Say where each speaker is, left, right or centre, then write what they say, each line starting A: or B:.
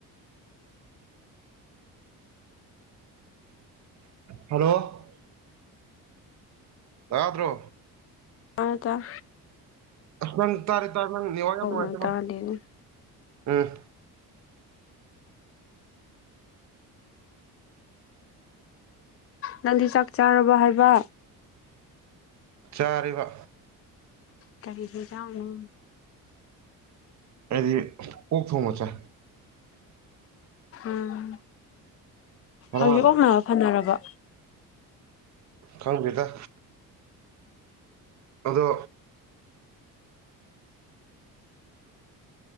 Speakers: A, on the right; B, on the left.
A: ꯍꯜꯂꯣ ꯇꯥꯗ꯭ꯔꯣ
B: ꯑ ꯇꯥꯢ
A: ꯅꯪ ꯇꯥꯔꯦ ꯇꯕ꯭ꯔ ꯅꯦꯋꯥꯛ ꯌꯥꯝ ꯅꯨꯡꯉꯥꯏꯇ
B: ꯅꯪ
A: ꯃꯂꯦ
B: ꯇꯥꯗꯦꯅꯦ
A: ꯎꯝ
B: ꯅꯪꯗꯤ ꯆꯥꯛ ꯆꯥꯔꯕ ꯍꯥꯏꯕ
A: ꯆꯥꯔꯦꯕ
B: ꯀꯔꯤ ꯍꯤꯟꯖꯥꯡꯅꯣ
A: ꯑꯩꯗꯤ ꯑꯣꯛ ꯊꯣꯡꯕ ꯆꯥꯏ
B: ꯎꯝ
A: ꯉꯔꯥꯡ
B: ꯍꯧꯖꯤꯛ ꯑꯣꯛ ꯅꯥꯕ ꯐꯅꯔꯕ
A: ꯈꯪꯗꯦꯗ ꯑꯗꯣ